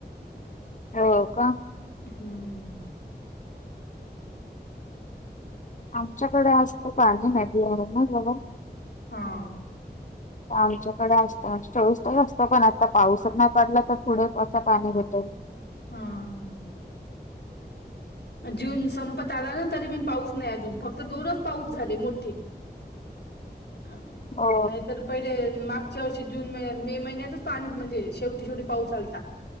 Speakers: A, on the left; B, on the left.
A: हो का.
B: हम्म
A: आमच्याकडे असत पाणी नदी आहे ना म्हणून
B: हा.
A: आमच्याकडे असतं म्हणजे चोवीस तास असतो पण आता पाऊस नाही पडला तर पुढे असं पाणी भेटेल?
B: हा जून संपत आला ना तरी पीण पाऊस नाही अजून फक्त दोनच पाऊस झाले मोठे अ
A: हो
B: नाहीतर पहिले मागच्या वर्षी जून महिन्यात मे महिन्यातच पाणी म्हजे शेवटी शेवटी पाऊस आलता